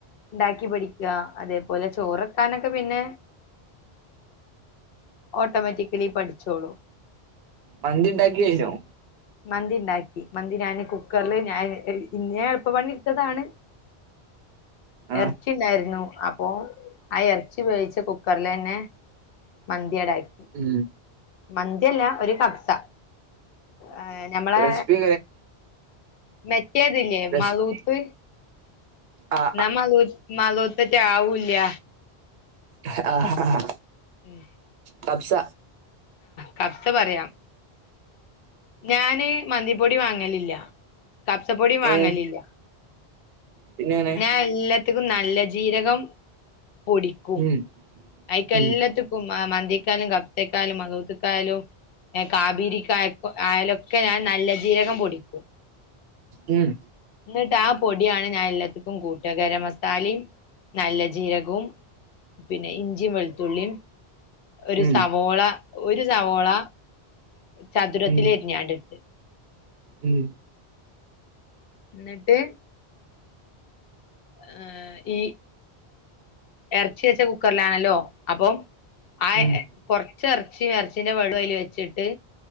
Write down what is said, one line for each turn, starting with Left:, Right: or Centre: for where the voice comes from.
Left: ഇണ്ടാക്കി പഠിക്ക അതേപോലെ ചോറെക്കാനൊക്കെ പിന്നെ ഓട്ടോമാറ്റിക്കലി പഠിച്ചോളും
Right: മന്തി ഇണ്ടാക്കി കയ്നോ
Left: മന്തി ഇണ്ടാക്കി മന്തി ഞാന് കുക്കറില് ഞാൻ ഇന്ന് ഞാൻ എളുപ്പ പണി ഇടുത്തതാണ്
Right: ആ
Left: എറച്ചി ഇണ്ടായിരുന്നു അപ്പോ ആ എറച്ചി വേവിച്ച കുക്കറിലെന്നെ മന്തി അടാക്കി
Right: ഉം
Left: മന്തി അല്ല ഒരു കബ്സ ഏഹ് ഞമ്മളെ
Right: റെസിപ്പി
Left: മെറ്റതില്ലേ
Right: റെസിപ്പി
Left: മഗൂത്ത്
Right: ആ
Left: എന്നാ മഗൂ മഗൂത്തേറ്റെ ആവുല്യ
Right: അഹ് ആഹ്
Left: ഉം
Right: കഫ്സ
Left: കഫ്സ പറയാം ഞാന് മന്തിപ്പൊടി വാങ്ങലില്ല കപ്സപ്പൊടിം
Right: ഏ
Left: വാങ്ങലില്ല
Right: പിന്നെങ്ങനെ
Left: ഞാൻ എല്ലാത്തിക്കും നല്ല ജീരകം പൊടിക്കും
Right: ഉം
Left: അയ്ക്ക് എല്ലാത്ത്
Right: ഉം
Left: ക്കും ആഹ് മന്തിക്കാലും കഫ്സെ ക്കാലും മദ്ഹൂത്ത്ക്കായാലും ഏഹ് കാബീരിക്കായ്ക്കൊ ആയാലുക്കെ ഞാൻ നല്ല ജീരകം പൊടിക്കും
Right: ഉം
Left: ഇന്നിട്ട് ആ പൊടിയാണ് ഞാൻ എല്ലാത്തിക്കും കൂട്ട ഗരം മസാലയും നല്ല ജീരകും പിന്നെ ഇഞ്ചിയും വെളുത്തുള്ളിയും ഒരു
Right: ഉം
Left: സവോള ഒരു സവോള ചതുരത്തില്
Right: ഉം
Left: എരിഞ്ഞാണ്ടിട്ട്
Right: ഉം
Left: എന്നിട്ട് ഏഹ് ഈ ഇറച്ചി വെച്ച കുക്കറില് ആണല്ലോ അപ്പം ആഹ്
Right: ഉം
Left: കൊറച്ച് ഇറച്ചി ഇറച്ചിന്റെ വെള്ളോ അയില് വെച്ചിട്ട്